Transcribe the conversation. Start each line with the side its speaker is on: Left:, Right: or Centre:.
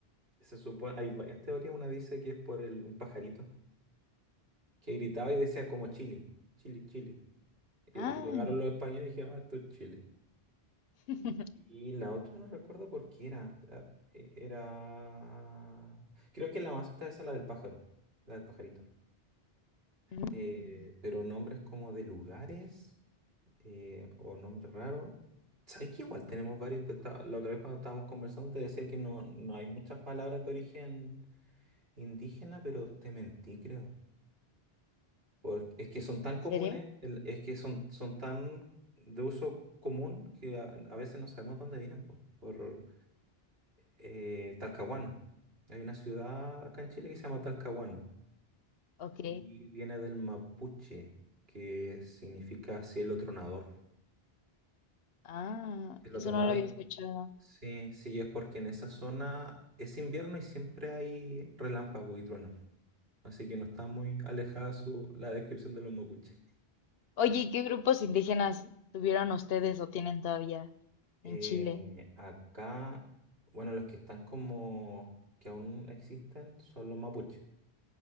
Right: Se supone, hay varias teorías. Una dice que es por el, un pajarito que gritaba y decía como Chile, Chile, Chile. Y
Left: Ah.
Right: el- llegaron los españoles y dijeron, "Ah, esto es Chile.
Left: <laughs>
Right: Y la otra no recuerdo por qué era. Era... eh, era- Creo que la más alta es la del pájaro, la del pajarito.
Left: mm,
Right: Eh, pero nombres como de lugares eh, o nombres raros. ¿Sabes que igual tenemos varios? Pues, ta- La otra vez cuando estábamos conversando te decía que no, no hay muchas palabras de origen indígena, pero te mentí, creo. Porque es que son tan
Left: ¿En
Right: comunes,
Left: serio?
Right: el- es que son, son tan de uso común que a, a veces no sabemos dónde vienen, po. Por eh, Talcahuano. Hay una ciudad acá en Chile que se llama Talcahuano
Left: Ok.
Right: y viene del mapuche, que significa cielo tronador.
Left: Ah,
Right: Cielo
Left: eso
Right: tronador,
Left: no lo había
Right: y-
Left: escuchado.
Right: sí, sí, es porque en esa zona es invierno y siempre hay relámpago y trueno. Así que no está muy alejada su, la descripción de los mapuches.
Left: Oye, ¿y qué grupos indígenas tuvieron ustedes o tienen todavía
Right: Eh,
Left: en Chile?
Right: acá, bueno, los que están como que aún existen son los mapuches,